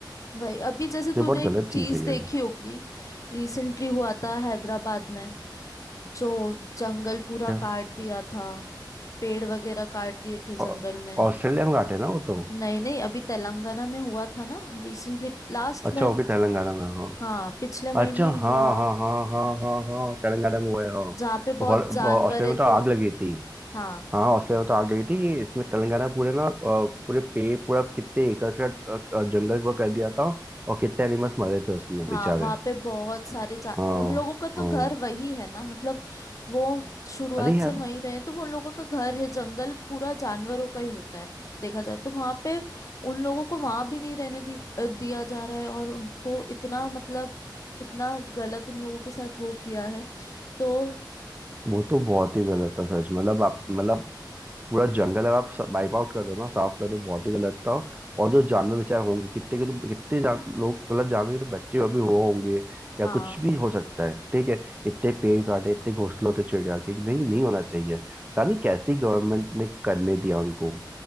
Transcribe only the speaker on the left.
वही अभी जैसे तूने
एक
चीज
देखी होगी रिसेंटली हुआ था हैदराबाद में जो जंगल पूरा
काट दिया था पेड़ वगैरह काट दिए थे जंगल
में
नहीं नहीं अभी तेलंगाना में हुआ था ना रिसेंटली लास्ट
मंथ
हाँ पिछले महीने
ही हुआ
जहाँ पे बहुत
जानवर
थे
हाँ
हाँ
वहां पे बहुत सारे जा
उन लोगों का तो
घर वही है ना मतलब वो शुरुआत
से वहीं रहे हैं, तो वो उन लोगों का घर है जंगल पूरा जानवरों का ही होता है देखा जाए तो वहां पे उन लोगों को वहां भी नहीं रहने दी, अ, दिया जा रहा है और उनको इतना मतलब इतना गलत उन लोगों के साथ वो किया है तो
हाँ